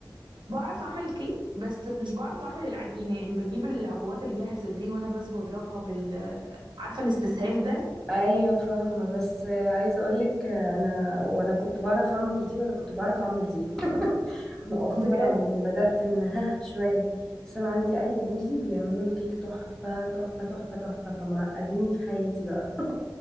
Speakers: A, on the right; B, in the centre.
A: بعرف اعمل كيك بس مش بعرف اعمل العجينة يعني بجيب العبوات الجاهزة دي وانا بس بضربها بال عارفة الاستسهال ده
B: ايوه فاهمه بس عايزه اقولك انا ولا كنت بعرف اعمل دي ولا كنت بعرف اعمل دي مؤخرا
A: بجد
B: اللي بدات ان ها شويه بس انا عندي اهل جوزي بيعملوا الكيك تحفه تحفه تحفه تحفه فمعقديني في حياتي بقى